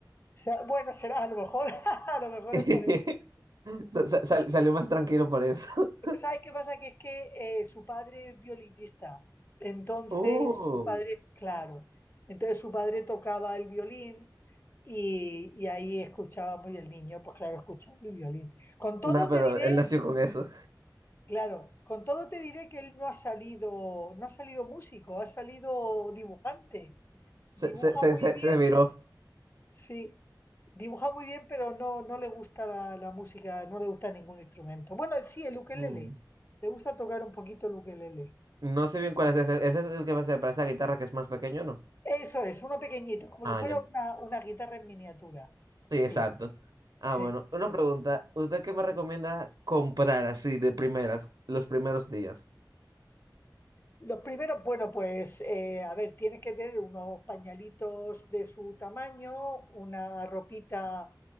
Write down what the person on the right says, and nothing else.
<laughs>
Sa- sa- sal- salió más tranquilo por eso.
<laughs>
Uh.
No, pero
él nació con eso.
Se, se, se,
se,
se viró.
Mm.
No sé bien cuál es ese. ¿Ese es el que se parece a la guitarra que es más pequeño, no?
Ah,
ya.
Sí,
exacto. Ah,
bueno. Una pregunta. ¿Usted qué me recomienda comprar así de primeras, los primeros días?